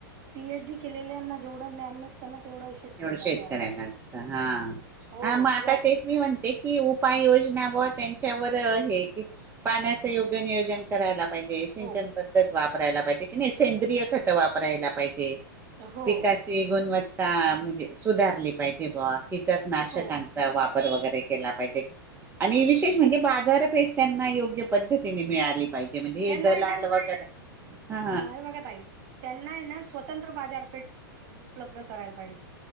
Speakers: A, on the right (about 45°); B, on the right (about 20°).
A: पीएच डी केलेल्याना जेवढं ज्ञान नसताना. शेतकरीला
B: तेवढं शेतकऱ्याला
A: ज्ञान असतं
B: असत हाा
A: हो
B: मग आता
A: या
B: तेच मी म्हणते की. उपाययोजना बा त्यांच्यावर हे की पाण्याच योग्य नियोजन करायला, पाहिजे सिंचन
A: हो
B: पद्धत वापरायला पाहिजे कि नाही सेंद्रिय खत वापरायला पाहिजे.
A: हो
B: पिकाची गुणवत्ता म्हणजे सुधारली पाहिजे बुवा कीटकनाशकांचा
A: हो
B: वाप वरे केला पाहिजे आणि विशेष म्हणजे बाजारपेठ त्यांना योग्य पद्धतीने मिळाली पाहिजे. म्हणजे
A: त्यांना
B: दलाल
A: आहे ना,
B: वगैरे हा
A: हे बघा ताई त्यांना आहे ना स्वतंत्र बाजारपेठ उपलब्ध करायला पाहिजे.